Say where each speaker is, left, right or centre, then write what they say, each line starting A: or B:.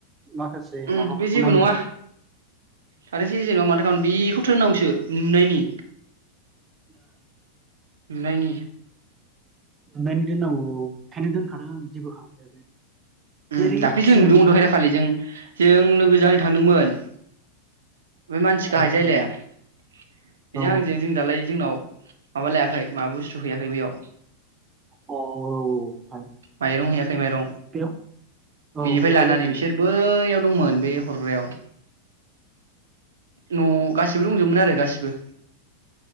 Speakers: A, on the right; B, on the right.
A: माखासे
B: ओम
A: माबाफोरखौ
B: बे जेबो
A: नायो
B: नङा
A: आरो बे
B: थाथोंसै जेनबा माथो खालामारोन बेखौथोनावगौसो नुनायनि
A: उम
B: नुनायनि
A: नुनायनि दोननांगौ औ ओंखाइनोै दोनखादों आं जेबो खालामखायाखै। जेरै
B: ओम दाख्लौ जों
A: सिगां
B: नुदोंमोन
A: जेरै
B: दहाय दाखालि जों जों लोगोजों आंजों थांदोंमोन। बे मानसि
A: बहायबा
B: गाहाय जायलाया
A: थांदोंमोन
B: बेजों
A: औ
B: आंजों जों दालाय जोंनाव माबा लायाखै माबा बुस्थु फैयाखै बेयाव
A: औ औ ओमफ्राय
B: माइरं हैयाखै माइरं
A: बेयाव औ
B: बिनिफ्राय
A: बहाय
B: लानानै
A: लोगो मोना
B: बिसोर बैयाव दंमोन बे हरग्रायाव। न' गासिबो दंजोबोमोन आरो गासिबो